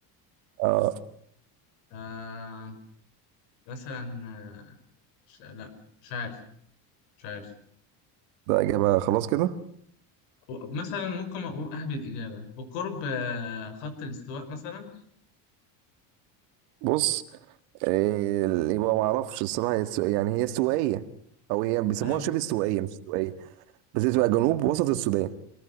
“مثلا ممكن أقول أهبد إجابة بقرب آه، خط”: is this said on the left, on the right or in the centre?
Left